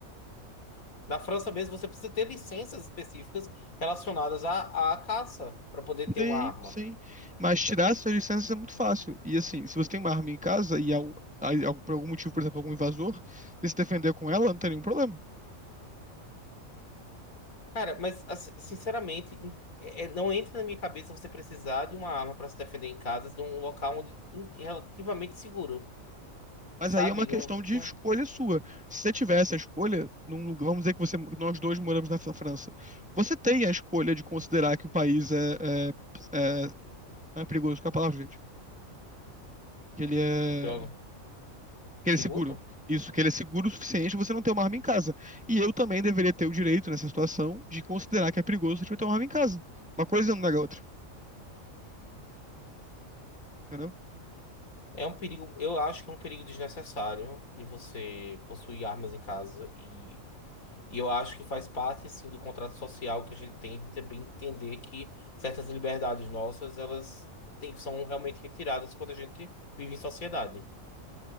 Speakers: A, on the left (about 85°); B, in the centre.
A: Na França mesmo, você precisa ter licenças específicas relacionadas à, à caça para poder ter
B: Sim,
A: uma arma.
B: sim. Mas tirar essas licenças é muito fácil. E assim, se você tem uma arma em casa e al- aí, al- por algum motivo, por exemplo, algum invasor, você se defender com ela, não tem nenhum problema.
A: Cara, mas assim, sinceramente, em- é- não entra na minha cabeça você precisar de uma arma para se defender em casa, de um local onde em- relativamente seguro,
B: Mas
A: sabe?
B: aí é uma questão
A: Não,
B: de
A: não,
B: escolha sua. Se você tiver essa escolha, num lugar- vamos dizer que você, nós dois moramos na Fra- França, você tem a escolha de considerar que o país é, é, é, não é perigoso com a palavra, gente. Que ele é.
A: eu-
B: Que
A: seguro?
B: ele é seguro. Isso, que ele é seguro o suficiente pra você não ter uma arma em casa. E eu também deveria ter o direito, nessa situação, de considerar que é perigoso você ter uma arma em casa. Uma coisa não nega a outra, entendeu?
A: É um perigo, eu acho que é um perigo desnecessário de você possuir armas em casa e, e eu acho que faz parte assim do contrato social que a gente tem de também entender que certas liberdades nossas, elas têm- são realmente retiradas quando a gente vive em sociedade.